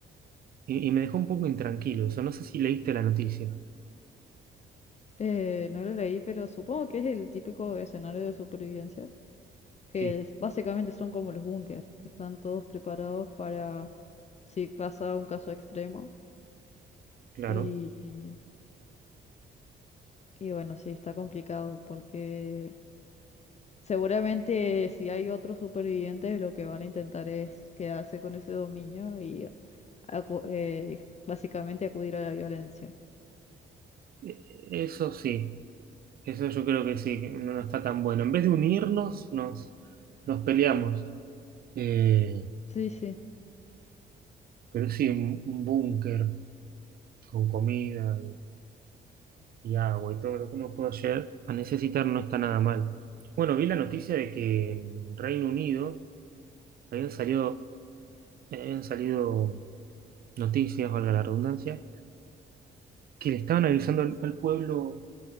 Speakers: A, on the right; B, on the left.
A: Y, y me dejó un poco intranquilo eso. No sé si leíste la noticia.
B: Eh, no lo leí, pero supongo que es el típico escenario de supervivencia, que
A: Sí,
B: es- básicamente son como los búnker, que están todos preparados para si pasa un caso extremo.
A: claro.
B: Y, y bueno, sí, está complicado porque seguramente si hay otros supervivientes, lo que van a intentar es quedarse con ese dominio y acu- eh, básicamente acudir a la violencia.
A: E- Eso sí, eso yo creo que sí, que no, no está tan bueno. En vez de unirnos, nos, nos peleamos. Eh,
B: Sí, sí.
A: pero sí, un, un búnker con comida y, y agua y todo lo que uno pueda llegar a necesitar no está nada mal. Bueno, vi la noticia de que en Reino Unido habían salido, habían salido noticias, valga la redundancia, que le estaban avisando al al pueblo.